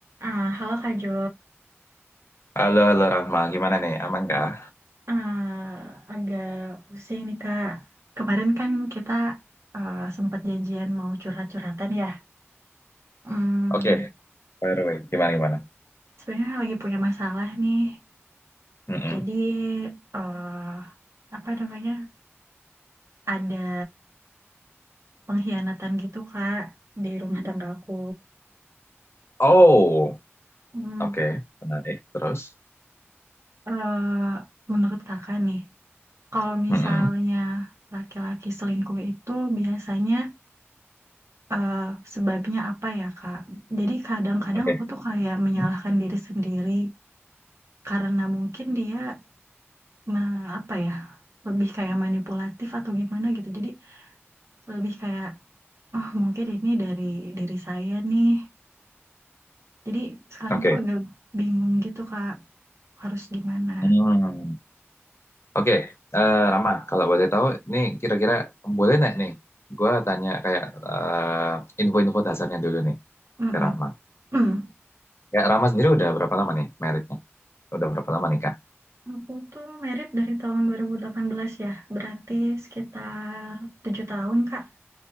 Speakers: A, on the right; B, on the left.
A: Ah, halo Kak Jo,
B: Halo, halo Rahma, gimana nih? Aman kah?
A: Ah, agak pusing nih Kak. Kemarin kan kita ah, sempat janjian mau curhat-curhatan ya. Hmm,
B: Oke, by the way, gimana gimana?
A: sebenarnya lagi punya masalah nih.
B: Mm-mm.
A: Jadi eh apa namanya? Ada pengkhianatan gitu Kak di rumah tangga aku.
B: Oh,
A: Hmm,
B: oke, menarik. Terus,
A: eh, menurut Kakak nih, kalau misalnya
B: Mm-mm.
A: laki-laki selingkuh itu biasanya eh, sebabnya apa ya Kak? Jadi kadang-kadang
B: Oke,
A: aku tuh kayak menyalahkan
B: Mm.
A: diri sendiri karena mungkin dia me- apa ya lebih kayak manipulatif atau gimana gitu. Jadi lebih kayak oh mungkin ini dari dari saya nih. Jadi sekarang
B: oke,
A: tuh agak bingung gitu Kak harus gimana.
B: Hmm. Oke. Eh, Rahma, kalau boleh tahu, nih kira-kira boleh nggak nih? Gua tanya kayak eh, info-info dasarnya dulu nih
A: Mm-mm.
B: ke Rahma.
A: Hmm.
B: Ya, Rahma sendiri udah berapa lama nih meritnya? Udah berapa lama nikah?
A: Aku tuh merit dari tahun 2018 ya, berarti sekitar tujuh tahun Kak.